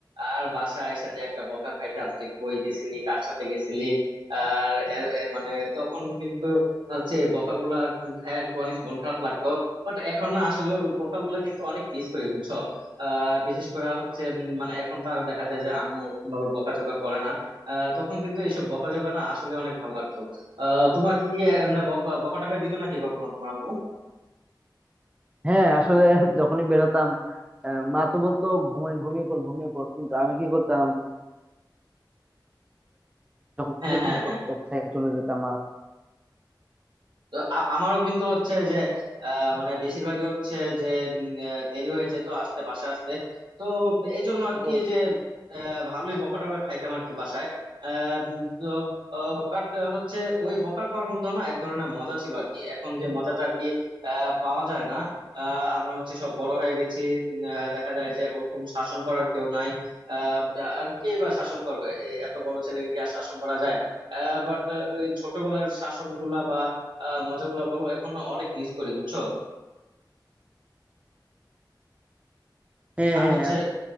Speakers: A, on the right; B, on the right.
A: আর বাসায় আইসা যে একটা বকা খাইতাম যে কই গেছিলি কার সাথে গেছিলি আর এ- এ মানে তখন কিন্তু হচ্ছে এই বকাগুলা খায় আর কি অনেক মন খারাপ লাগতো বাট এখন না আসলে বকাগুলা কিন্তু অনেক মিস করি বুঝছো আহ বিশেষ করে হচ্ছে উম, মানে এখন তো আরো দেখা যায় যে আম্মু ওরকম ভাবে বকাঝকা করে না আহ তখন কিন্তু এইসব বকাঝকা না আসলে অনেক ভালো লাগতো আহ তোমার কি এমনি বকা বকাটাকা দিত নাকি কখনো তোমার আম্মু
B: হ্যাঁ আসলে যখনই বেরোতাম আহ, মা তো বলতো ঘুমিয়ে ঘুমিয়ে পড় ঘুমিয়ে পড় কিন্তু আমি কি করতাম যখন
A: হ্যাঁ
B: আমি
A: হ্যাঁ
B: পড়তাম,
A: হ্যাঁ
B: তখন সাইকেলে চলে যেতাম আর
A: তো আ- আমারও কিন্তু হচ্ছে যে আহ, মানে বেশিরভাগই হচ্ছে যে উম, আহ, দেরি হয়ে যেত আসতে বাসায় আসতে তো এই জন্য আর
B: এবং
A: কি যে আহ, ভালোই বকা টকা খাইতাম আর কি বাসায় আহ, উম, তো বাট হচ্ছে ওই বকা খাওয়ার মধ্যে না এক ধরনের মজা ছিল আর কি এখন যে মজাটা আর কি আহ, পাওয়া যায় না আহ, আমরা হচ্ছে সব বড় হয়ে গেছি উম, আহ, দেখা যায় যে ওরকম শাসন করার কেউ নাই আহ, আর কে বা শাসন করবে এ- এত বড় ছেলেকে কি আর শাসন করা যায় বাট ওই ছোটবেলার শাসন গুলা বা আহ মজাগুলা বলো এখন না অনেক মিস করি বুঝছো
B: হ্যাঁ
A: আর
B: হ্যাঁ
A: হচ্ছে
B: এখন